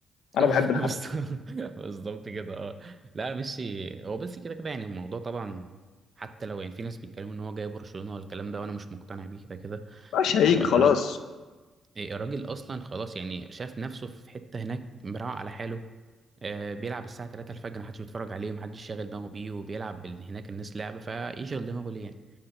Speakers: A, on the left (about 75°); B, on the right (about 40°).
A: انا
B: اه
A: بحب
B: <laughs>
A: الحركه
B: بس بالظبط كده اه لا ميسي هو بس كده كده يعني الموضوع طبعا حتى لو يعني في ناس بيتكلموا ان هو جاي برشلونة والكلام ده وانا مش مقتنع بيه كده كده
A: مش
B: بقى
A: هيجي
B: الراج-
A: خلاص
B: إيه، الراجل اصلا خلاص يعني شاف نفسه في حتة هناك مراعي على حاله آه بيلعب الساعة 3 الفجر محدش بيتفرج عليه محدش شاغل دماغه بيه وبيلعب بال- هناك الناس لعبة فيشغل دماغه ليه يعني